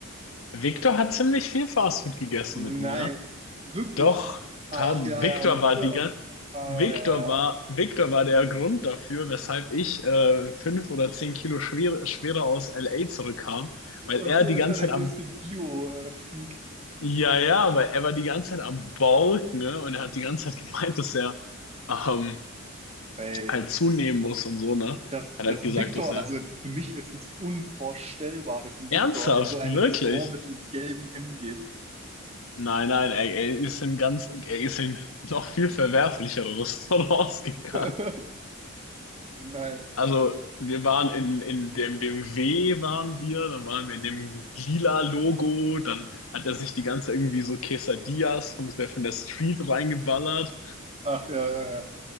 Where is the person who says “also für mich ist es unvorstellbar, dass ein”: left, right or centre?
Right